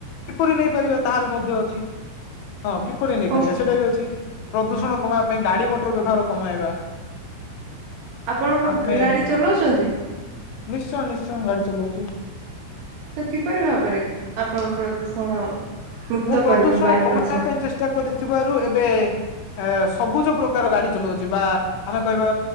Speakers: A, on the left; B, on the right.
A: କିପରି ନେଇପାରିବା ତାହାର ମଧ୍ୟ ଅଛି। ହଁ କିପରି ନେଇପାରିବା
B: ହଁ
A: ସେଇଟା ବି ଅଛି ପ୍ରଦୂଷଣ କମାଇବା ପାଇଁ ଗାଡି ମଟର ବ୍ୟବହାର କମାଇବା।
B: ଆପଣଙ୍କ
A: ଆମେ
B: ଗାଡ଼ି ଚଲାଉଛନ୍ତି?
A: ନିଶ୍ଚୟ ନିଶ୍ଚୟ ଗାଡି ଚଲାଉଛି।
B: ତ କିପରି ଭାବରେ କି ଆପଣ ପ୍ରଦୂଷଣ? ମୁକ୍ତ
A: ମୁଁ ପ୍ରଦୂଷଣ
B: କରିବେ ବାୟୁ
A: କମେଇବା
B: ପ୍ରଦୂଷଣ।
A: ପାଇଁ ଚେଷ୍ଟା କରିଥିବାରୁ ଏବେ ଏ ସବୁଜ ପ୍ରକାର ଗାଡି ଚଲାଉଛି ବା ଆମେ କହିବା